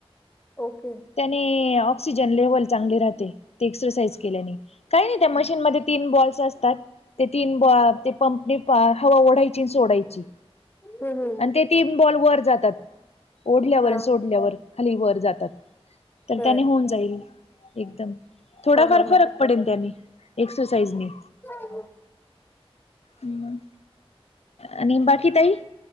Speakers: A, on the left; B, on the left.
A: ओके.
B: त्याने ऑक्सिजन लेव्हल चांगली राहते. ते एक्सरसाईज केल्याने. काही नाही
A: हम्
B: त्या मशीनमध्ये तीन बॉल्स असतात. ते तीन ते पंपनी हवा ओढायची सोडायची.
A: हम्
B: आणि ते तीन बॉल वर जातात, ओढल्यावर
A: हा
B: आणि सोडल्यावर खाली वर जातात. तर
A: बर
B: त्याने होऊन जाईल. एकदम. थोडाफार
A: हा हा
B: फरक
A: हा
B: पडेल त्यानी एक्सरसाइजनी.
A: हा.
B: हम्म. आणि बाकी ताई.